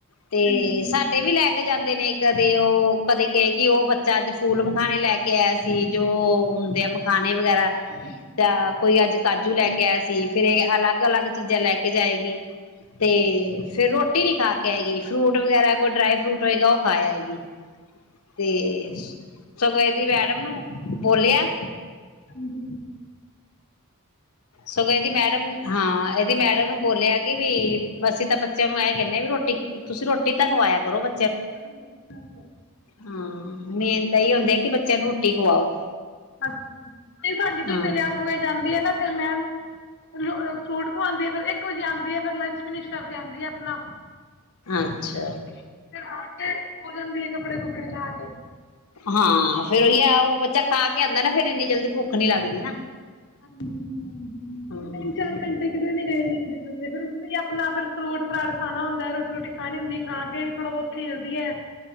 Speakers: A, on the left; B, on the left.
A: ਤੇ
B: ਹਾਂਜੀ
A: ਸਾਡੇ ਵੀ ਲੈ ਕੇ ਜਾਂਦੇ ਨੇ ਕਦੇ ਉਹ ਕਦੇ ਕਹੇਗੀ ਉਹ ਬੱਚਾ ਅੱਜ ਫੂਲ ਮਖਾਣੇ ਲੈ ਕੇ ਆਇਆ ਸੀ ਜੋ ਆਉਂਦਿਆਂ ਮਖਾਨਣੇ ਵਗੈਰਾ
B: ਹਾਂਜੀ
A: ਜਾਂ ਕੋਈ ਅੱਜ ਕਾਜੂ ਲੈ ਕੇ ਆਇਆ ਸੀ ਫੇਿਰ ਇਹ ਅਲੱਗ ਅਲੱਗ ਚੀਜ਼ਾਂ ਲੈ ਕੇ ਜਾਏਗੀ ਤੇ ਫੇਿਰ ਰੋਟੀ ਨੀ ਖਾ ਕੇ ਆਏਗੀ ਫਰੂਟ ਵਗੈਰਾ ਕੋਈ ਡਰਾਈ ਫਰੂਟ ਹੋਏਗਾ ਉਹ ਖਾ ਆਏਗੀ ਤੇ ਸਗੋਂ ਇਸਦੀ ਮੈਡਮ ਨੂੰ ਬੋਲਿਆ
B: ਹਾਂਜੀ
A: ਸ ਇਹਦੀ ਮੈਡਮ ਨੂੰ ਬੋਲਿਆ ਕਿ ਵੀ ਅਸੀਂ ਤਾਂ ਬੱਚਿਆਂ ਨੂੰ ਐ ਕਹਿੰਦੇ ਹ ਵੀ ਰੋਟੀ ਤੁਸੀਂ ਰੋਟੀ ਤਾਂ ਖਵਾਇਆ ਕਰੋ ਬ
B: ਹਾਂ ਹਾਂ <inaudible> <inaudible>
A: ਹਾਂ ਮੇਨ ਤਾਂ ਇਹਹੀ ਹੁੰਦੀ ਹੈ ਕਿ ਬੱਚਿਆਂ ਨੂੰ ਰੋਟੀ ਖਵਾਓ
B: ਅ ਤੇ ਸਾਡੀ ਤੇ
A: ਹਾਂ
B: ਸਵੇਰੇ ਅੱਠ ਵਜੇ ਜਾਂਦੀ ਏ ਨੇ ਫਿਰ ਮੈਮ ਰੋ ਰੋ ਰ ਫਰੂਟਖਵਾਉਂਦੀ ਏ ਫਿਰ ਇੱਕ ਵਜੇ ਆਉਂਦੀ ਫਿਰ ਲੰਚ ਫਿਨਿਸ਼ ਕਰਕੇ ਆਉਂਦੀ ਆ ਆਪਣਾ
A: ਅੱਛਾ
B: ਫਿਰ ਆ ਕੇ ਸੋ ਜਾਂਦੀ ਹੈ ਕੱਪੜੇ ਕੁਪੜੇ ਲਾ ਕੇ ਹ
A: ਹਾਂ ਫੇਰ ਉਹੀ ਆ ਉਹ ਬੱਚਾ ਖਾ ਕੇ ਆਉਂਦਾ ਨਾ ਫੇਿਰ ਇੰਨੀ ਜਲਦੀ ਭੁੱਖ ਨੀ ਲੱਗਦੀ ਨਾ
B: ਹਾਂਜੀ ਹ
A: ਹਮ
B: <inaudible> ਤਿੰਨ ਚਾਰ ਘੰਟੇ ਕਿਤੇ ਗਏ ਨੀ ਫ ਆਪਣਾ ਫਿਰ ਫਰੂਟ ਫਰਾਟ ਖਾਣਾ ਹੁੰਦਾ ਹੈ ਰੋਟੀ ਰੋਟੀ ਖਾਣੀ ਹੁੰਦੀ ਹੈ ਖਾ ਕੇ ਥੋੜਾ ਬਹੁਤ ਖੇਲਦੀ ਏ